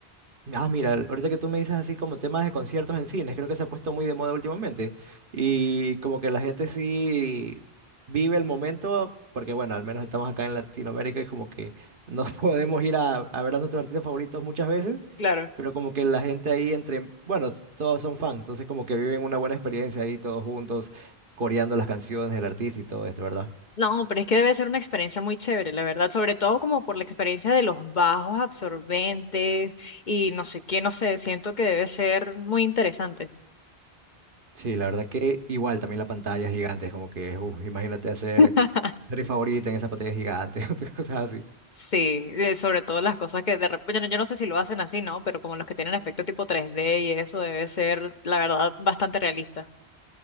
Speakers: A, on the right; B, on the left.
A: Ah, mira, ahorita que tú me dices así como temas de conciertos en cines, creo que se ha puesto muy de moda últimamente. Y como que la gente sí vive el momento, porque bueno, al menos estamos acá en Latinoamérica y como que no <laughs> podemos ir a, a ver a nuestros artistas favoritos muchas veces,
B: Claro.
A: pero como que la gente ahí entre, bueno, todos son fans, entonces como que viven una buena experiencia ahí todos juntos, coreando las canciones, el artista y todo esto, ¿verdad?
B: No, pero es que debe ser una experiencia muy chévere, la verdad, sobre todo como por la experiencia de los bajos absorbentes y no sé qué, no sé, siento que debe ser muy interesante.
A: Sí, la verdad que igual también la pantalla es gigante, es como que, uf, imagínate hacer
B: <laughs>
A: tu serie favorita en esa pantalla gigante, <laughs> cosas así.
B: Sí, eh, sobre todo las cosas que de repente, yo no, yo no sé si lo hacen así, ¿no? Pero como los que tienen efecto tipo 3D y eso debe ser, la verdad, bastante realista.